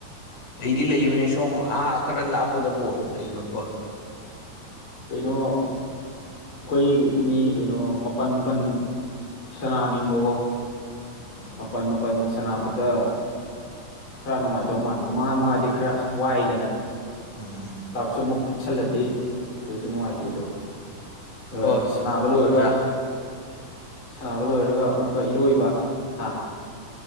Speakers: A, on the left; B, on the left.
A: ꯂꯩꯗꯤ ꯂꯩꯕꯅꯦ ꯁꯣꯝ ꯑꯥ ꯈꯔ ꯂꯥꯞꯄꯗꯀꯣ ꯂꯩꯕꯀꯣ
B: ꯀꯩꯅꯣ ꯑꯩꯈꯣꯏ ꯃꯤ ꯀꯩꯅꯣ ꯃꯥꯄꯟ ꯃꯥꯄꯟ ꯁꯅꯥꯅꯤꯡꯕꯀꯣ
A: ꯎꯝ
B: ꯃꯥꯄꯟ
A: ꯎꯝ
B: ꯃꯥꯄꯟ ꯁꯥꯟꯅꯕꯗ ꯈꯔ ꯅꯨꯡꯉꯥꯏꯗꯧ ꯃꯥꯟꯕ ꯃꯉꯥ ꯃꯉꯥꯗꯤ ꯈꯔ ꯋꯥꯏꯗꯅ
A: ꯑ
B: ꯇꯥꯔꯞꯁꯨ ꯑꯃꯨꯛ ꯄꯤꯛꯁꯜꯂꯗꯤ ꯑꯗꯨꯁꯨ ꯅꯨꯡꯉꯥꯏꯇꯦ ꯑꯗꯣ
A: ꯍꯣꯏ
B: ꯑ
A: ꯍꯣꯏ
B: ꯁꯅꯥꯕꯂꯣꯔꯒ
A: ꯍꯣꯏ ꯑꯣꯖꯥ
B: ꯁꯅꯕ ꯂꯣꯏꯔꯒ ꯑꯃꯨꯛꯀ ꯏꯔꯣꯏꯕ ꯍꯥ